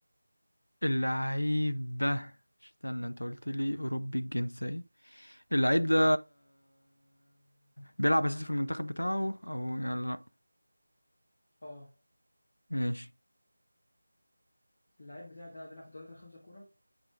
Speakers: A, on the left; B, on the left.
A: اللعيب ده استنى انت قلت لي أوروبي الجنسية اللعيب ده بيلعب أساسي في المنتخب بتاعه أو يلا لا
B: اه
A: ماشي
B: اللعيب بتاعي ده بيلعب في الدوريات الخمسة الكبرى